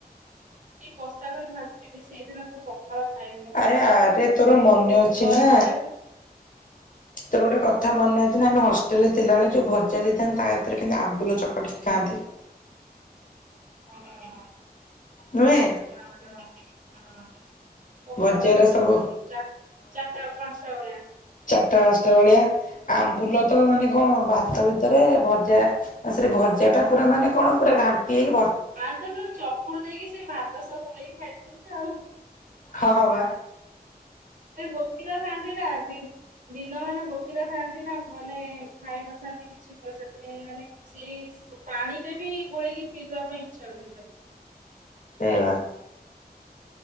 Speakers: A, on the right (about 50°); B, on the left (about 55°).
A: କି କସା କରି ଭାଜିଥିବି ସେଇଦିନ ମୁଁ ପ କଣ ଖାଇବୁ
B: ଆରେ
A: ପଖାଳ
B: ଆରେ
A: ଆଉ
B: ତୋର ମନେ ଅଛି
A: ତୁ ଗରମ
B: ନା
A: ଖାଇବୁ
B: ତୋର ଗୋଟେ କଥା ମନେ ଅଛି ନା ଆମେ ହଷ୍ଟେଲରେ ଥିଲାବେଳେ ଯୋଉ ଭଜା ଦେଇଥାନ୍ତି ତା ଭିତରେ କେମତି ଆମ୍ବୁଲ ଚକଡିକି ଖାଆନ୍ତି।
A: ହଁ ସେଇରା
B: ନୁହେଁ
A: <unintelligible> ହଁ। ପଖାଳ
B: ଭଜାରା
A: ଭାତ ଦିଅନ୍ତି
B: ସବୁ
A: ଚାର ଚାରିଟା ପାଞ୍ଚଟା ବେଳିଆ।
B: ଚାରଟା ପାଞ୍ଚଟା ବେଳିଆ ଆମ୍ବୁଲ ତ ମାନେ କଣ ଭାତ ଭିତରେ ଭଜା ଆଉ ସେଠି ଭଜାଟା ପୁରା ମାନେ କଣ ପୁରା ଘାଣ୍ଟି ହେଇକି ଭ
A: ଆଳୁଟା ତ ଚକୁଡି ଦେଇକି ସେ ଭାତ ସବୁ ନେଇକି ଖାଇଥାନ୍ତି ଆଉ।
B: ହଁ ହଁ ପା।
A: ସେ ଭୋକିିିଲା ଥାଆନ୍ତି ନା ଦି ଦିନ ମାନେ ଭୋକିିଲା ଥାନ୍ତି ନା ମାନେ ଖାଇ ନଥାନ୍ତି କିଛି ତ ସେଥିପାଇଁ ମାନେ ସିଏ ସ୍ ପାଣିରେ ବି ଗୋଳେଇକି ପିଇଦବା ପାଇଁ ଇଚ୍ଛା ହୁଏ ତାର।
B: ସେଇ ପା।